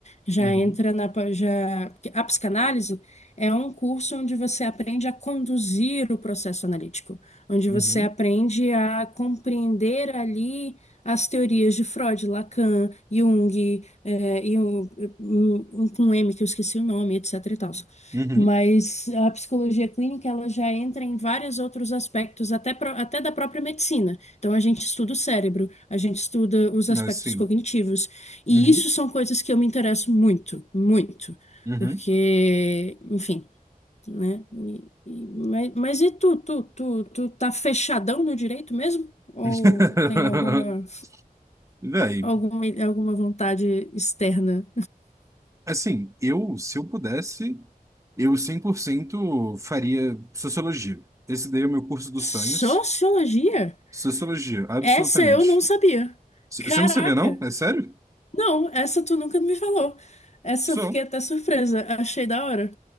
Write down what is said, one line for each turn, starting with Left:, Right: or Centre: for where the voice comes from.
Left: já
Right: Uhum,
Left: entra na pa- já, porque a psicanálise é um curso onde você aprende a conduzir o processo analítico, onde
Right: uhum,
Left: você aprende a compreender ali as teorias de Freud, Lacan, Jung, eh, e um, um, um com M que eu esqueci o nome, etc e tals.
Right: uhum.
Left: Mas a psicologia clínica, ela já entra em vários outros aspectos, até, pro- até da própria medicina. Então, a gente estuda o cérebro, a gente estuda os aspectos
Right: Assim.
Left: cognitivos. E
Right: Uhum,
Left: isso são coisas que eu me interesso muito, muito.
Right: uhum.
Left: Porque, enfim, né? E- e- mas, mas e tu, tu, tu, tu tá fechadão no direito mesmo? Ou
Right: <laughs>
Left: tem alguma...
Right: Véi,
Left: Alguma, alguma vontade externa.
Right: assim, eu, se eu pudesse, eu 100% faria sociologia. Esse daí é o meu curso dos
Left: Sociologia?
Right: sonhos. Sociologia, absolutamente.
Left: Essa eu não sabia.
Right: C-
Left: Caraca!
Right: Você não sabia, não? É sério?
Left: Não, essa tu nunca me falou. Essa
Right: Só.
Left: eu fiquei até surpresa. Achei da hora.